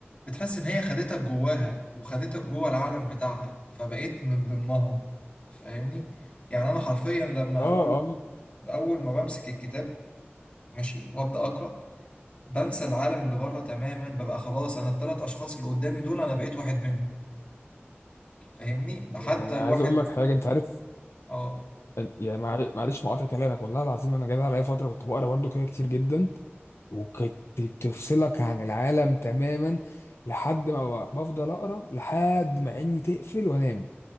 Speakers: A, on the left; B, on the left.
A: بتحس ان هي خدتك جواها وخدتك جوه العالم بتاعها فبقيت من ضمنها فاهمني يعني انا حرفيا لما
B: اه
A: اول
B: اه
A: اول ما بمسك الكتاب ماشي وابدا اقرا بنسى العالم اللي بره تماما ببقى خلاص انا الثلاث اشخاص اللي قدامي دول انا بقيت واحد منهم فاهمني حتى
B: يعني
A: الواحد
B: عايز اقول لك حاجة انت عارف
A: اه
B: يعني مع- معلش مقاطع كلامك والله العظيم انا جاي عليا فترة كنت بقرا برضو كده كتير جدا وكانت تفصلك عن العالم تماما لحد ما ب- بفضل اقرا لحد ما عيني تقفل وانام